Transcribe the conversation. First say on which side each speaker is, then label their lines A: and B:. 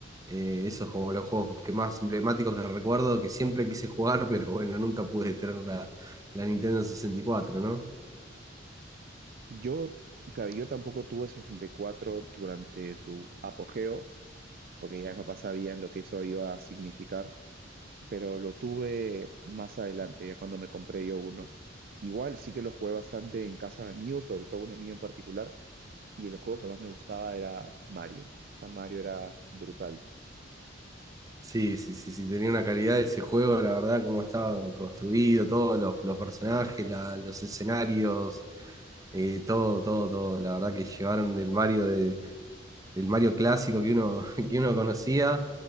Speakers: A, on the right (about 20°); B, on the right (about 50°).
A: eh, esos como los juegos que más emblemáticos que recuerdo, que siempre quise jugar, <laughs> pero bueno, nunca pude tener la, la Nintendo 64,
B: Yo, claro, yo tampoco tuve 64 durante su apogeo, porque ya mis papás sabían lo que eso iba a significar, pero lo tuve más adelante, ya cuando me compré yo uno. Igual sí que lo jugué bastante en casa de amigos, sobre todo un amigo en particular, y el juego que más me gustaba era Mario. O sea, Mario era brutal.
A: Sí, sí, sí, sí, tenía una calidad de ese juego, la verdad, cómo estaba construido, todos los, los personajes, la- los escenarios, eh, todo, todo, todo. La verdad que llevaron del Mario de, del Mario clásico que uno, <laughs> que uno conocía,